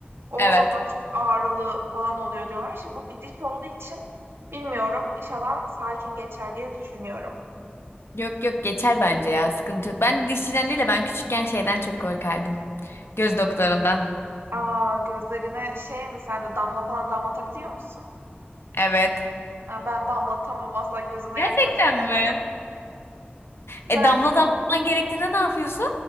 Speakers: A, on the right; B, on the left.
A: O
B: evet.
A: zaman çok ağrılı falan oluyor diyorlar. Şimdi bu bir diş olduğu için bilmiyorum. İnşallah sakin geçer diye düşünüyorum.
B: Yok yok geçer bence ya sıkıntı yok. Ben dişçiden değil de ben küçükken şeyden çok korkardım. Göz doktorundan.
A: Aa gözlerine şey mi sen de damla falan damlatabiliyor musun?
B: Evet.
A: Ha, ben damlatamam asla gözüme
B: Gerçekten
A: yaklaştı. <laughs>
B: mi?
A: Ben
B: E damla damlatman gerektiğinde ne yapıyorsun?